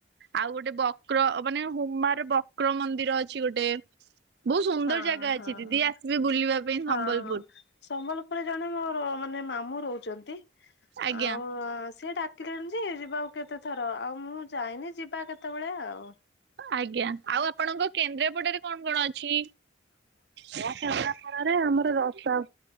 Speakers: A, on the right; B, on the left.
A: ଆଉ ଗୋଟେ ବକ୍ର ମାନେ ହୁମାର ବକ୍ର ମନ୍ଦିର ଅଛି ଗୋଟେ। ବହୁତ ସୁନ୍ଦର
B: ହଁ
A: ଜାଗା
B: ହଁ।
A: ଅଛି
B: ହଁ।
A: ଦିଦି ଆସିବେ ବୁଲିବା ପାଇଁ
B: ହଁ
A: ସମ୍ବଲପୁର।
B: ସମ୍ବଲପୁରରେ ଜଣେ ମୋ ମାନେ ମାମୁଁ ରହୁଛନ୍ତି
A: ଆଜ୍ଞା।
B: ଆଉ ସେଏ ଡା ଲେଣିଛି ଯିବାକୁ କେତେ ଥର ଆଉ ମୁଁ ଯାଇନି ଯିବା କେତେବେଳେ ଆଉ?
A: ଆଜ୍ଞା ଆଉ ଆପଣଙ୍କ କେନ୍ଦ୍ରାପଡ଼ାରେ କଣ କଣ ଅଛି? କେନ୍ଦ୍ରାପଡାରେ ଆମର ରସା